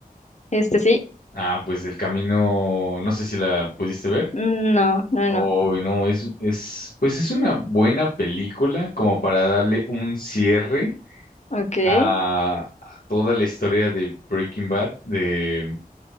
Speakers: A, on the left; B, on the left.
A: Este sí,
B: Ah, pues El Camino, no sé si la pudiste ver.
A: No, no,
B: Oh,
A: no.
B: no, es, es, pues es una buena película como para darle un cierre
A: Okay.
B: a, a toda la historia de Breaking Bad, de